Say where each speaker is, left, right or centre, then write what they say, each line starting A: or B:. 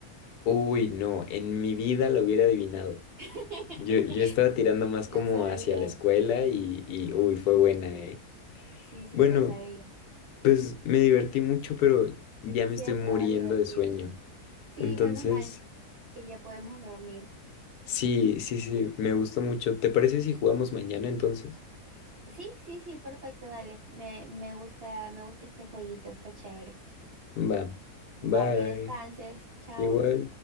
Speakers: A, on the left; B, on the right.
A: Uy, no, en mi vida lo hubiera adivinado.
B: <laughs>
A: Yo, yo estaba tirando más
B: Lo
A: como
B: sabía,
A: hacia la escuela y, y uy, fue buena, ¿eh?
B: sí, sí,
A: Bueno,
B: lo sabía.
A: pues me divertí mucho, pero ya
B: Sí,
A: me estoy
B: ha estado
A: muriendo
B: divertido.
A: de sueño.
B: Sí,
A: Entonces...
B: menos mal que ya podemos dormir.
A: Sí, sí, sí, me gustó mucho. ¿Te parece si jugamos mañana entonces?
B: Sí, sí, sí, perfecto, dale. Me, me gusta, me gusta este jueguito, está chévere.
A: Va, bye,
B: Va, que descanses. Chao.
A: igual.